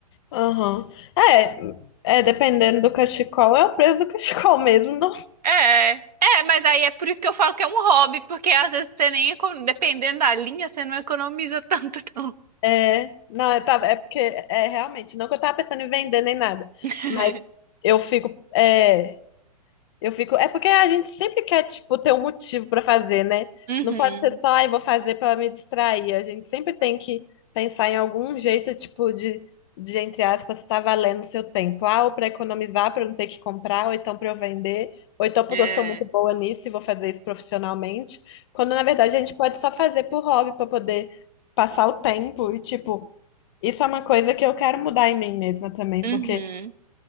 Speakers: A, on the left; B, on the right.
A: Aham. É, é, dependendo do cachecol, é o preço do cachecol <laughs> mesmo, não?
B: É, é, mas aí é por isso que eu falo que é um hobby, porque às vezes você nem, econo- dependendo da linha, você não economiza tanto, não.
A: É, não, é, tá, é porque é realmente, não que eu tava pensando em vender nem nada,
B: <laughs>
A: mas eu fico, é, Eu fico. É porque a gente sempre quer, tipo, ter um motivo para fazer, né?
B: Uhum.
A: Não pode ser só, ai, vou fazer para me distrair. A gente sempre tem que pensar em algum jeito, tipo, de, de entre aspas, estar valendo o seu tempo. Ah, ou para economizar, para não ter que comprar, ou então para eu vender, ou então porque
B: É.
A: eu sou muito boa nisso e vou fazer isso profissionalmente. Quando, na verdade, a gente pode só fazer por hobby, para poder passar o tempo. E, tipo, isso é uma coisa que eu quero mudar em mim mesma também,
B: Uhum.
A: porque.